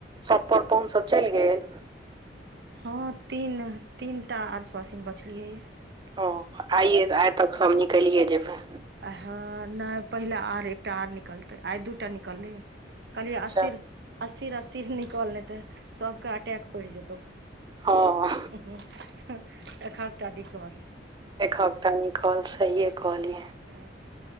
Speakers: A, on the right; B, on the right.
A: सब पर-पहुन सब चैल गेल।
B: हां तीन-तीनटा आर स्वासिन बचलियै यै।
A: ओ आइए तै आइ तक हम निकलिये जेबे।
B: आइ हां नै पहिले आर एकटा आर निकलतै आइ दूटा निकललै यै। कहलियै
A: अच्छा
B: अस्थिर, अस्थिर-अस्थिर निकल नहि ते सबके अटैक पड़ि जेतौ उहु
A: हँ
B: हु एकहक टा डिगर
A: एकहक का निकल सहिए कहल ये
B: ह